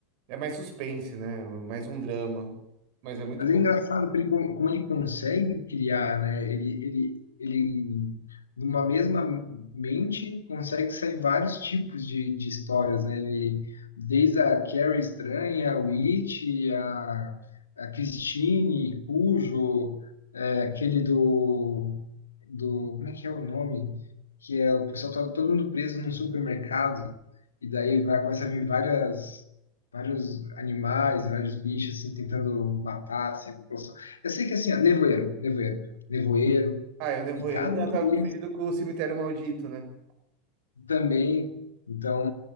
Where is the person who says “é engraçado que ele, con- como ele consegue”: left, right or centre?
Left